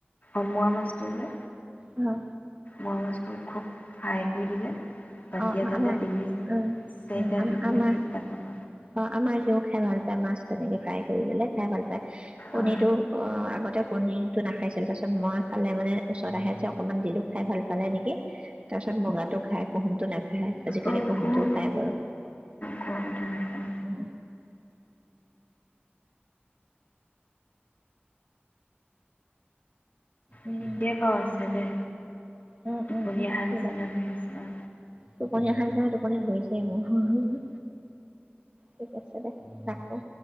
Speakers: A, on the left (about 45°); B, on the right (about 30°).
A: অমোৱা মাছটো যে
B: অ
A: মোৱা মাছটো খুব ফ্ৰাই কৰি দিলে বাতি
B: অ
A: এটাতে
B: আমাৰ
A: তিনি
B: উ
A: চাৰিটা
B: আমাৰ
A: দি দিলে সেইকেইটা খাব
B: অ আমাৰ সিও খায় ভাল মাছ তেনেকৈ ফ্ৰাই কৰি দিলে খাই ভাল পায় কণীটো
A: অ
B: অ আগতে পনীৰটো নাখাইছিল তাৰপিছত মই খালে মানে ওচৰত আহে অকণমান দিলোঁ খাই ভাল পালে নেকি তাৰ পিছত মুগাটো খাই কুহুমটো নাখায় আজিকালি
A: অ
B: কুহুমটোও
A: গম
B: খায় বাৰু
A: গম তেনেকৈ
B: উ উম
A: ঠিকেই আছে দে
B: উম
A: টোপনি
B: উম উম
A: অহাৰ
B: ঠিক
A: নিচিনা
B: আছে
A: ধৰি অ
B: তোপনীয়া সাৰ টোপ ধৰিছে মোৰ ঠিক আছে দে ৰাখো